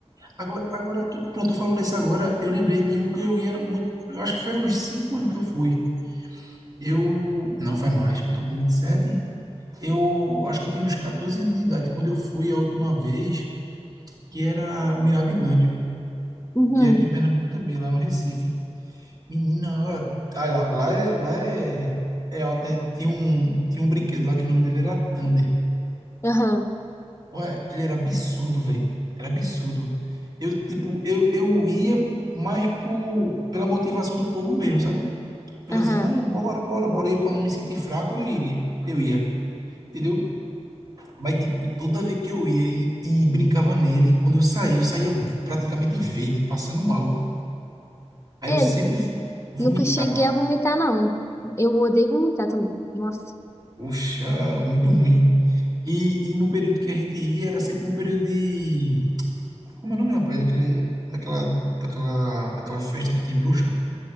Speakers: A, on the right (about 35°); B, on the left (about 25°).
A: Agora, agora tu, pronto, tu falou nisso agora. Eu lembrei de um que eu ia muito. Eu acho que foi uns 5 anos que eu fui. Eu. Não faz mais, que eu tô com vinte e sete Eu acho que eu tinha uns 14 anos de idade quando eu fui a última vez, que era o Mirabilândia,
B: Uhum,
A: que é aqui em Pernambuco também, lá no Recife. Menina, ó, ah, lá, lá é. Lá é, é alto, né? Tinha um, tinha um brinquedo lá que o nome dele era Thunder.
B: aham,
A: Ué, ele era absurdo, velho. Era absurdo. Eu, tipo, eu, eu ia mais por, pela motivação do povo mesmo, sabe? O pessoal
B: aham.
A: dizia, não, bora, bora, bora. Eu, pra não me sentir fraco, eu iria. Eu ia, entendeu? Mas, tipo, toda vez que eu ia e, e brincava nele, quando eu saía, eu saía praticamente verde, passando mal. Aí
B: É,
A: eu sempre vo- vomitava.
B: nunca cheguei a vomitar, não. Eu odeio vomitar também. Nossa,
A: Poxa, muito ruim. E, e no período que a gente ia, era sempre no período de Como é o nome, rapaz? Daquele, daquela, daquela, daquela festa que tem bruxa?